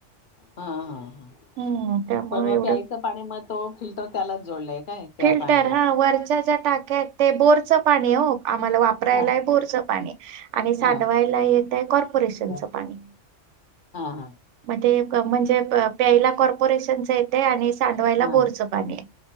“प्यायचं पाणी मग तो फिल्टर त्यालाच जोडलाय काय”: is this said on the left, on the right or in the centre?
Left